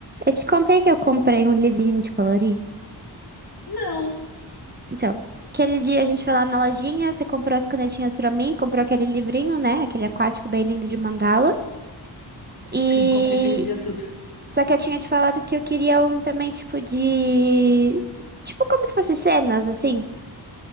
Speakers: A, on the right; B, on the left.
A: Eu te contei que eu comprei um livrinho de colorir.
B: Não.
A: Então, aquele dia a gente foi lá na lojinha, você comprou as canetinhas pra mim, comprou aquele livrinho, né? Aquele aquático bem lindo de mandala. E
B: Sim, comprei aquele dia tudo.
A: só que eu tinha te falado que eu queria um também tipo de tipo como se fosse cenas assim.